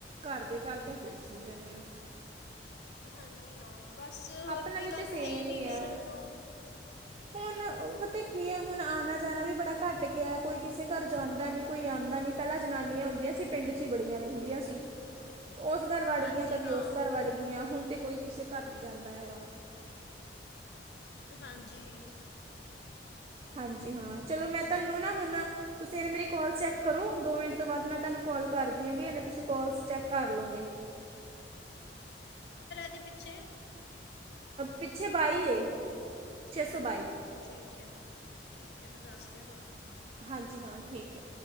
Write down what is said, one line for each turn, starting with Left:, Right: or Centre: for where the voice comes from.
Right: ਘਰ ਦੇ ਕਰਦਿਆਂ ਫਿਰ ਸੋ ਜਾਂਦੇ ਹਾ
Left: ਹਾਂਜੀ ਹਾਂ ਬਸ ਹੋਰ
Right: ਆਪਣਾ
Left: ਕੋਈ
Right: ਵੀ
Left: ਕੰਮ
Right: ਤੇ ਸੇਮ
Left: ਹੈ ਨਹੀਂ
Right: ਹੀ
Left: ਕਰਨ
Right: ਆ
Left: ਨੂੰ।
Right: ਹੁਣ ਉਹ ਪਤਾ ਕੀ ਆ ਹੁਣ ਆਉਣਾ ਜਾਣਾ ਵੀ ਬੜਾ ਘੱਟ ਗਿਆ ਕੋਈ ਕਿਸੇ ਘਰ ਜਾਂਦਾ ਨੀ ਕੋਈ ਆਉਂਦਾ ਨੀ ਪਹਿਲਾਂ ਜਨਾਨੀਆਂ ਹੁੰਦੀਆਂ ਸੀ ਪਿੰਡ ਚ ਹੀ ਬੜੀਆਂ ਰਹਿੰਦੀਆਂ ਸੀ ਉਸ ਘਰ ਵੜ
Left: ਹਾਂਜੀ
Right: ਗਈਆਂ ਕਦੀ
Left: ਹਾਂ,
Right: ਉਸ ਘਰ ਵੜ ਗਈਆਂ ਹੁਣ ਤੇ ਕੋਈ ਕਿਸੇ ਘਰ ਨਹੀਂ ਜਾਂਦਾ ਹੈਗਾ
Left: ਹਾਂਜੀ
Right: ਹਾਂਜੀ ਹਾਂ ਚਲੋ ਮੈਂ ਤੁਹਾਨੂੰ ਨਾ ਹਣਾ ਤੁਸੀਂ ਮੇਰੀ ਕੌਲ ਚੈਕ ਕਰੋ ਦੋ ਮਿੰਟ ਤੋਂ ਬਾਅਦ ਮੈਂ ਤੁਹਾਨੂੰ ਕਾਲ ਕਰਦੀ ਆਂਗੀ ਇਨੇ ਤੁਸੀਂ ਕੌਲਸ ਚੈੱਕ ਕਰ ਲਓਗੇ।
Left: ਦੇ ਪਿੱਛੇ
Right: ਪਿੱਛੇ ਬਾਈ ਏ ਛੇ ਸੌ ਬਾਈ।
Left: ਠੀਕ ਹੈ-ਠੀਕ ਹੈ ਮੈਂ ਦੱਸਦੀ ਹਾਂ ਥੋਨੂੰ।
Right: ਹਾਂਜੀ ਹਾਂ, ਠੀਕ ਹੈ